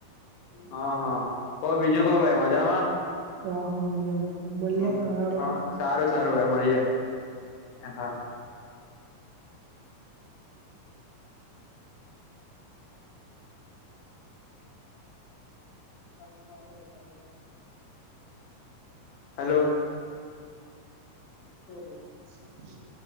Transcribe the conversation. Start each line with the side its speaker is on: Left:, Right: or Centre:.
Left: હા હા ક બીજું ક ભાઈ મજામાં
Right: તોાહમ મજામાં મળ્યા
Left: હ
Right: તા હેડો
Left: હ સારું સારું હોય મળીએે હા ચાલ હલો. <inaudible>
Right: હ <unintelligible>